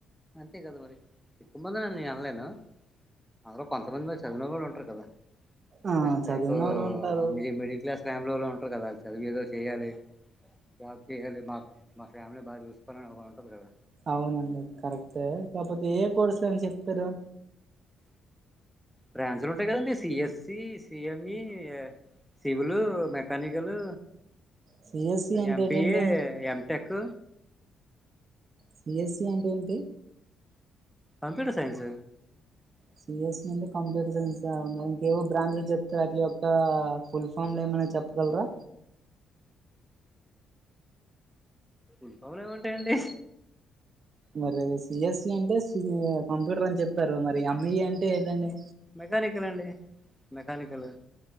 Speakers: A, in the centre; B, on the right (about 45°).
A: అంతే కదా మరి ఎక్కువ మంది అని నేను అనలేను అందులో కొంతమంది మరి చదివన వొళ్ళు కూడా ఉంటారు కదా
B: ఆ
A: జస్ట్
B: చదివిన
A: లైక్
B: వాళ్ళు ఉంటారు
A: మీది మిడిల్ క్లాస్ ఫ్యామిలీలో ఉంటారు కదా చదువి ఏదో చేయ్యాలి జాబ్ చేయాలి మాకు మా ఫ్యామిలీ బా చూసుకోవాలని ఏదో ఉంటది కదా
B: అవునండి కరెక్టే కాకపోతే ఏయే కోర్సు అని చెప్తారు
A: బ్రాంచ్లు ఉంటాయి కదండి CSC CME civil mechanical
B: CSC అంటే
A: ఎంబిఏ
B: ఏంటండి
A: ఎటెక్
B: సిఎస్ఈ అంటే ఏంటి
A: కంప్యూటర్ సైన్స్
B: సిఎస్ఈ అంటే కంప్యూటర్ సైన్సా నేను ఇంకేవో బ్రాంచ్లు చెప్తారు అట్లా ఇంకా ఫుల్ ఫామ్లు ఏమనా చెప్పగలరా
A: <unintelligible> ఏమింటాయండి
B: మరి సిఎస్ఈ అంటే కంప్యూటర్ అని చెప్పారు మరి ఎంఈఈ అంటే ఏదండి
A: మెకానికల్ అండి మెకానికల్